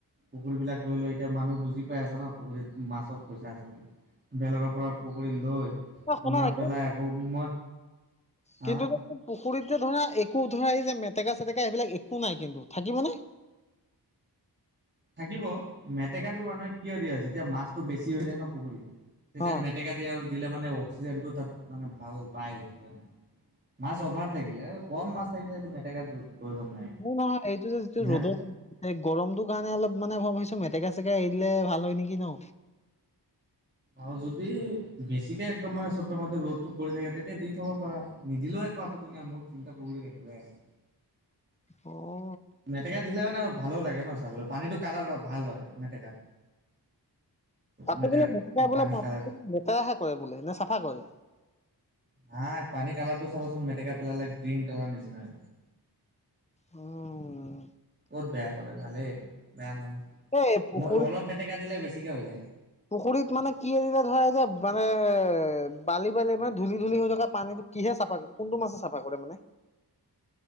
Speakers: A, on the right; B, on the left.
A: পুখুৰীবাক লৈ লৈ এতিয়া মানুহ বুজি পাই আছে ন পুখুৰীত মাছত পইচা আছে বুলি বেলেগৰ পৰা পুখুৰী লৈ
B: অ
A: পোনাা
B: শুনা না কিন্তু
A: পেলাই আকৌ মই
B: কিন্তু
A: হা
B: পুখুৰীত যে ধৰা একো ধৰা এই যে মেটেকা চেটেকা এইবিলাক একো নাই কিন্তু থাকিব নে
A: থাকিব মেটেকাটো মানুহ কিয় দিয়া যেতিয়া মাছতটো বেছি হৈ যায় ন পুখুৰীত তেতিয়া
B: অ
A: মেটেকা দিয়, দিলে মানে অক্সিজেনটো তাত মানে ভাল পায় অক্সিজেন মাছ অভাৰ থাকিলে। কম মাছ থাকিলে এইটো মেটেকা প্ৰয়োজন নাই।
B: <unintelligible> নহয় এইটো যে যিটো
A: নাই
B: ৰ'দত এই গৰমটোৰ কাৰণে অলপ মানে- ম ভাবিছো মেটেকা-চেটেকা এৰি দিলে ভাল হয় নেকি ন?
A: অ' যদি বেছিকে একদম মানে চব টাইমতে ৰ'দটো পৰি থাকে, তেতিয়া দি থব পাৰা। নিদিলেও এ -কো আপত্তি নাই। মোৰ তিনটা পুখুৰীত এনকোৱা আছে।
B: অহ।
A: মেটেকা দিলে মানে আৰু ভালো লাগে ন, চাবলৈ। পানীটো কালাৰ ভাল হয় মেটেকাত,
B: আকৌ
A: মেটেকাত
B: বোলে মেটেকা <unintelligible>
A: পানী কালাৰ
B: লেতেৰাহে কৰে বোলে। নে চাফা কৰে?
A: নাই। পানী কালাৰটো চাবাচোন মেটেকা পেলালে গ্ৰীণ কালাৰ নিচিনা হয়।
B: উম
A: ক'ত বেয়া কৰে, ভালেই। বেয়া নহয়।
B: এই পুখুৰী
A: ম অলপ মেটেকা দিলে বেছিকে হৈ যায়।
B: পুখুৰীত মানে কি এৰিলে, ধৰা যে -মানে বালি -বালি মানে ধূলি- ধূলি হৈ থকা পানীটো কিহে চাফা ক, কোনটো মাছে চাফা কৰে মানে?